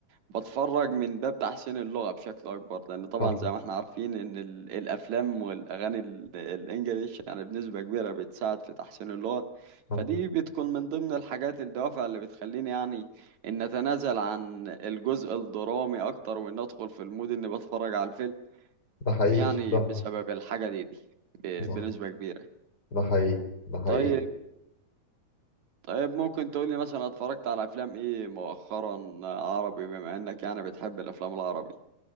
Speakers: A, on the right (about 75°); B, on the left (about 35°).
A: بتفرج من باب تحسين اللغة بشكل أكبر لأن طبعا
B: صح
A: زي ما احنا عارفين إن ال- الأفلام والأغاني ال- الإنجليش يعني بنسبة كبيرة بتساعد في تحسين اللغة
B: صح
A: فدي بتكون من ضمن الحاجات الدوافع اللي بتخليني يعني إن أتنازل عن الجزء الدرامي أكتر وإن أدخل في المود إني بتفرج على الفيلم
B: ده حقيقي
A: يعني
B: صح
A: بسبب الحاجة دي دي ب-
B: صح
A: بنسبة كبيرة
B: ده حقيقي ده حقيقي
A: طيب طيب ممكن تقولي مثلا اتفرجت على أفلام إيه مؤخرا عربي بما إنك يعني بتحب الأفلام العربي